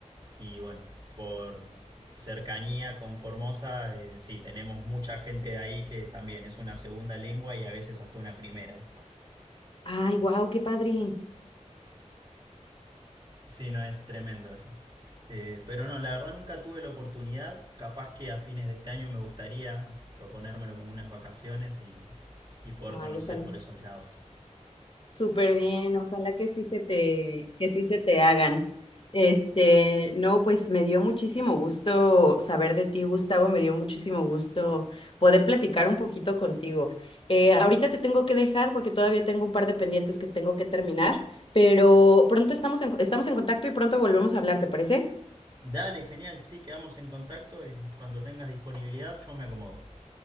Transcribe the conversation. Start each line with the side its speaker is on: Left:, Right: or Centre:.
Right: Y bueno, por cercanía con Formosa, eh, sí, tenemos mucha gente de ahí que también es una segunda lengua y a veces hasta una primera.
Left: Ay, wow, qué padre.
Right: Sí, no, es tremendo eso. Eh, pero no, la verdad nunca tuve la oportunidad. Capaz que a fines de este año me gustaría proponérmelo como unas vacaciones y, y poder
Left: Ay,
Right: conocer
Left: ojalá.
Right: por esos lados.
Left: Súper bien, ojalá que sí se te, que sí se te hagan. Este, no, pues me dio muchísimo gusto saber de ti, Gustavo, me dio muchísimo gusto poder platicar un poquito contigo. Eh, ahorita te tengo que dejar porque todavía tengo un par de pendientes que tengo que terminar, pero pronto estamos en, estamos en contacto y pronto volvemos a hablar, ¿te parece?
Right: Dale, genial, sí, quedamos en contacto y cuando tengas disponibilidad yo me acomodo.